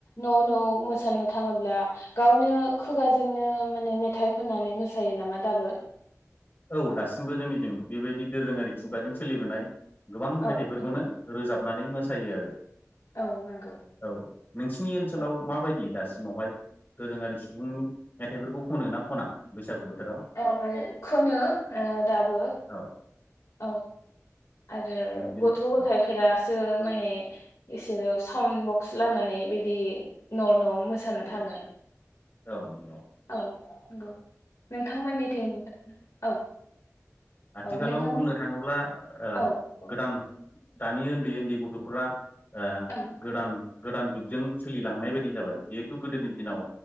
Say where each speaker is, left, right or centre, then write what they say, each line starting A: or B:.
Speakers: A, on the left (about 70°); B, on the left (about 40°).
A: न' न' मोसानो थाङोब्ला गावनो खुगाजोंनो माने मेथाइ खननानै मोसायो नामा दाबो
B: औ दासिमबो जोंनि जों बेबायदि दोरोङारि खुगाजों सोलिबोनाय गोबां मेथाइफोरखौनो
A: औ नंगौ
B: रोजाबनानै मोसायो आरो
A: औ नंगौ
B: औ नोंसिनि ओनसोलाव
A: औ
B: माबायदि दासिमावहाय दोरोङारि सुबुं मेथाइफोरखौ खनो ना खना बैसागु बोथोराव
A: आरो <unintelligible> नो ओ दाबो
B: औ
A: औ आरो
B: जों
A: गथ' गथायाइफोरासो
B: औ
A: माने इसोरो साउन्ड बक्स लानानै बिदि न' न' मोसानो थाङो।
B: औ नंगौ।
A: औ नंगौ नोंथांमोननिथिं औ।
B: आथिखालाव
A: औ नोंथां
B: बुंनो थाङोब्ला ओ
A: औ औ
B: गोदान दानि उन्दै उन्दै गथ'फोरा ओ
A: औ
B: गोदान गोदान जुगजों सोलिलांनाय बायदि जाबाय जिहेथु गोदोनि दिनाव